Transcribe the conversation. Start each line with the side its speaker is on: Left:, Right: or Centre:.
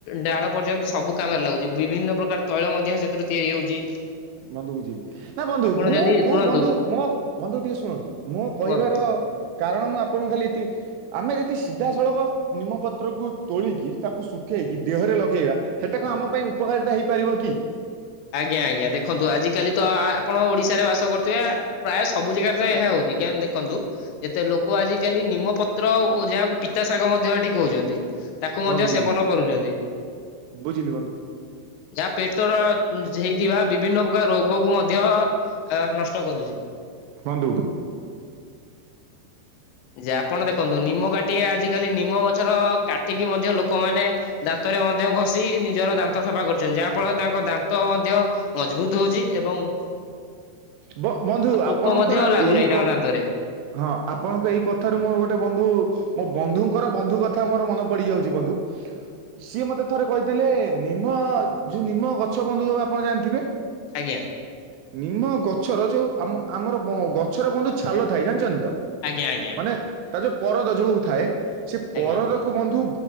Left: ଡାଳ ପର୍ଯ୍ୟନ୍ତ ସବୁ କାମରେ ଲାଗୁଛି। ବିଭିନ୍ନ ପ୍ରକାର ତୈଳ ମଧ୍ୟ ସେଥିରୁ ତିଆରି ହଉଛି।
Right: ମନ୍ଧୁ ବୁଝିଲି। ନା ବନ୍ଧୁ
Left: ଆପଣ
Right: ମୁଁ
Left: ଯଦି
Right: ମୁଁ
Left: ଶୁଣନ୍ତୁ
Right: ବନ୍ଧୁ ମୋ ବନ୍ଧୁ ଟିକେ ଶୁଣନ୍ତୁ ମୁଁ କହିବାର
Left: କୁହନ୍ତୁ
Right: କାରଣ ମୁଁ ଆପଣଙ୍କୁ ଖାଲି ଏତି ଆମେ ଯଦି ସିଧାସଳଖ ନିମପତ୍ରକୁ ତୋଳିକି ତାକୁ ଶୁଖାଇକି ଦେହରେ ଲଗେଇବା ହେଟା କଣ ଆମ ପାଇଁ ଉପକାରିତା ହେଇପାରିବ କି?
Left: ଆଜ୍ଞା ଆଜ୍ଞା ଦେଖନ୍ତୁ ଆଜି କାଲି ତ ଆପଣ ଓଡିଶାରେ ବାସ କରୁଥିବେ ପ୍ରାୟ ସବୁ ଜାଗା ରେ
Right: ହଁ
Left: ଏହା ହଉଛି କେମିତି ଦେଖନ୍ତୁ ଯେତେ ଲୋକ ଆଜିକାଲି ନିମପତ୍ର ଓ ଯାହାକୁ ପିତା ଶାଗ ମଧ୍ୟ ଏଠି କହୁଛନ୍ତି ଯେ ତାକୁ ମଧ୍ୟ
Right: ବନ୍ଧୁ ବୁଝିଲି।
Left: ସେବନ କରୁଛନ୍ତି।
Right: ବୁଝିଲି ବନ୍ଧୁ
Left: ଯାହା ପେଟର ଉନ୍ ହେଇଥିବା ବିଭିନ୍ନ ପ୍ରକାର ରୋଗକୁ ମଧ୍ୟ ଆ ନଷ୍ଟ କରୁଛି।
Right: ବନ୍ଧୁ।
Left: ଯେ ଆପଣ ଦେଖନ୍ତୁ ନିମ କାଟି ଆଜିକାଲି ନିମ ଗଛର କାଟିକି ମଧ୍ୟ ଲୋକମାନେ ଦାନ୍ତରେ ମଧ୍ୟ ଘଷି ନିଜର ଦାନ୍ତ ସଫା କରୁଛନ୍ତି। ଯାହାଫଳରେ ତାଙ୍କ ଦାନ୍ତ ମଧ୍ୟ ମଜବୁତ ହଉଛି ଏବଂ
Right: ବ ବନ୍ଧୁ
Left: ଆଉ ପୋକ
Right: ଆପଣଙ୍କର
Left: ମଧ୍ୟ ଲାଗୁନାହିଁ
Right: ଏଇ କ
Left: ତାଙ୍କ ଦାନ୍ତରେ।
Right: ହଁ, ଆପଣଙ୍କ ଏଇ କଥାରୁ ମୁଁ ଗୋଟେ ବନ୍ଧୁ ମୋ ବନ୍ଧୁଙ୍କର ବନ୍ଧୁ କଥା ମୋର ମନେ ପଡିଯାଉଛି ବନ୍ଧୁ। ସିଏ ମତେ ଥରେ କହିଥିଲେ ନିମ ଯୋଉ ନିମ୍ବ ଗଛ ବନ୍ଧୁ ଆପଣ ଜାଣିଥିବେ?
Left: ଆଜ୍ଞା!
Right: ନିମ ଗଛର ଯୋଉ ଆମ ଆମର ଗଛର ବନ୍ଧୁ ଛାଲ ଥାଏ ଜାଣିଛନ୍ତି ତ?
Left: ଆଜ୍ଞା! ଆଜ୍ଞା!
Right: ମାନେ ତା ଯୋଉ ପରଦ ଯୋଉ ଥାଏ ସେ
Left: ଆଜ୍ଞା
Right: ପରଦକୁୁ ବନ୍ଧୁ